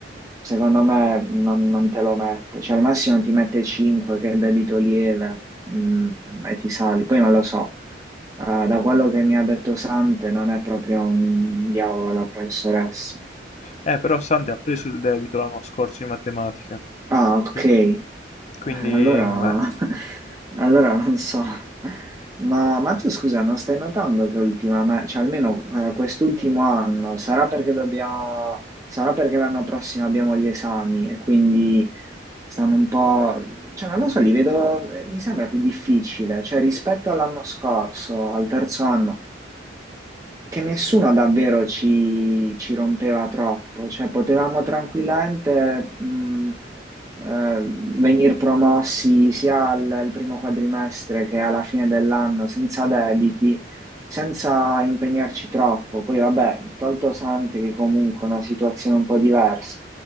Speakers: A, on the right; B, on the left.
A: secondo me non, non te lo mette, cioè al massimo ti mette 5 che è debito lieve mm, e ti sali, poi non lo so, Eh, da quello che mi ha detto Sante non è proprio un diavolo la professoressa.
B: Eh, però Sante ha preso il debito l'anno scorso in matematica,
A: Ah, ok.
B: Quindi,
A: Eh,
B: quindi,
A: Allora,
B: meh,
A: <laughs> allora non so. Ma, ma tu scusa, non stai notando che ultimamente, cioè almeno eh, quest'ultimo anno, sarà perché dobbiamo, sarà perché l'anno prossimo abbiamo gli esami e quindi stanno un po', cioè non lo so, li vedo, eh, mi sembra più difficile, cioè rispetto all'anno scorso, al terzo anno che nessuno davvero ci, ci rompeva troppo, cioè potevamo tranquillamente mh, eh, venir promossi sia al, al primo quadrimestre che alla fine dell'anno senza debiti, senza impegnarci troppo. Poi vabbè, tolto Sante che comunque è una situazione un po' diversa.